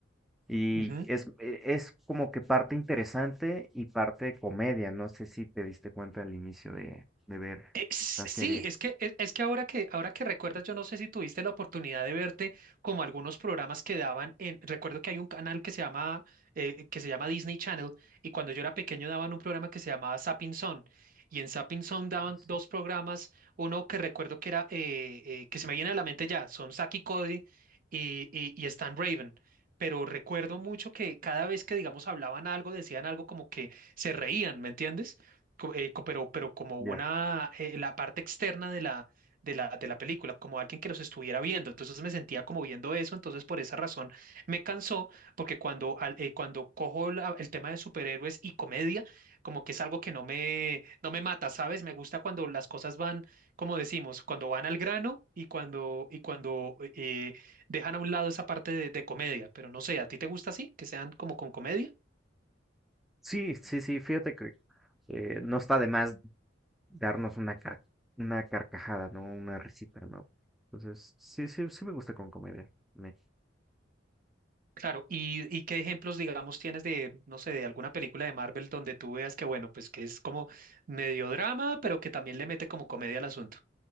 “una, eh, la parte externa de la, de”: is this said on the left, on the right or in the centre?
Right